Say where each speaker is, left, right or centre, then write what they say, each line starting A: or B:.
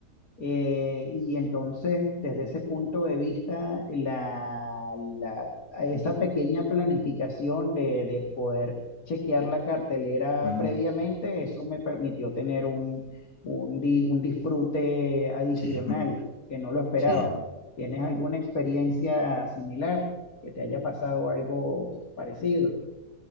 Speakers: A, on the left (about 60°); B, on the left (about 90°).
A: eh, y entonces, desde ese punto de vista, la, la- esa pequeña planificación de, de poder chequear la cartelera
B: mm,
A: previamente, eso me permitió tener un, un, di- un disfrute adicional
B: sí, mm,
A: que no lo esperaba.
B: sí.
A: ¿Tienes alguna experiencia similar que te haya pasado algo parecido?